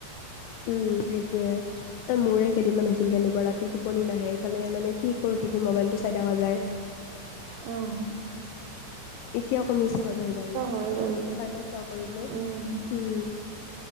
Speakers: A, on the left; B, on the right.
A: উম সেইটোয়ে। এ মোৰে কেইদিনমান হৈছিল তেনুকা ৰাতি টোপনি নাহে এইফালে মানে কি কৰি থাকি মোবাইল টো চাই থকা যায়।
B: অহ।
A: এতিয়া কমিছে বাৰু সেইকাৰণে মানে
B: হয় বাৰু
A: এতিয়া টাইমত শুৱা কৰিলো।
B: উম
A: উম